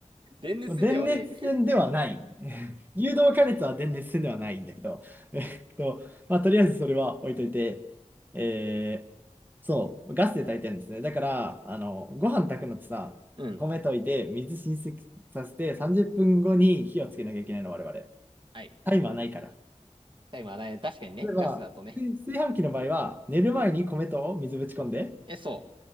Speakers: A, on the right; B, on the right.
A: 電熱線ではねえ。
B: まあ電熱線ではない。<laughs> 誘導加熱は電熱線ではないんだけど、<laughs> えっと、まあ、とりあえずそれは置いといて、えーそう、ガスで炊いてるんですね。だから、あの、ご飯炊くのってさ、
A: <laughs> うん。
B: 米といて、水浸水させて、30分後に火をつけなきゃいけないの、我々。
A: はい。
B: タイマーないから。
A: タイマーない。確かにね、
B: 例えば、
A: ガスだとね。
B: 炊炊飯器の場合は、寝る前に米と水ぶち込んで、
A: え、そ